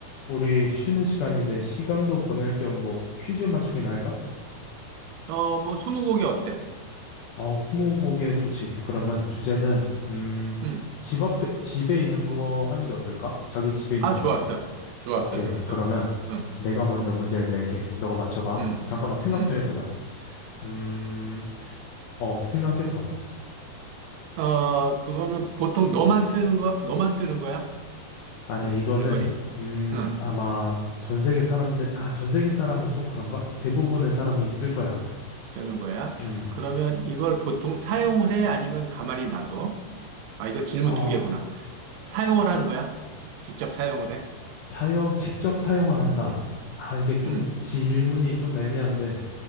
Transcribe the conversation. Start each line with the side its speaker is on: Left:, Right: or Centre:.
Left: 우리 쉬는 시간인데 시간도 보낼 겸 뭐 퀴즈 맞추기나 할까?
Right: 어, 뭐, 스무고개 어때?
Left: 어, 스무고개 좋지. 그러면 주제는 음,
Right: 응.
Left: 집 앞에 집에 있는 거 하는 게 어떨까? 자기 집에 있는
Right: 아, 좋았어.
Left: 거.
Right: 좋았어,
Left: 오케이.
Right: 좋았어.
Left: 그러면
Right: 응,
Left: 내가 먼저 문제를 낼게. 너가 맞춰봐.
Right: 응,
Left: 잠깐만 생각
Right: 응.
Left: 좀 해보자. 음, 어, 생각했어.
Right: 어, 그거는 보통 너만 쓰는 거, 너만 쓰는 거야?
Left: 아니야,
Right: 그
Left: 이거는
Right: 물건이?
Left: 음,
Right: 응,
Left: 아마 전 세계 사람들, 아, 전 세계 사람은 좀 그런가? 대부분의 사람이 쓸 거야.
Right: 쓰는 거야.
Left: 음,
Right: 그러면 이걸 보통 사용을 해? 아니면 가만히 놔둬? 아, 이거 질문
Left: 어,
Right: 두 개구나. 사용을 하는 거야? 직접 사용을 해?
Left: 사용, 직접 사용을 한다. 아, 이게 좀
Right: 응,
Left: 질문이 좀 애매한데,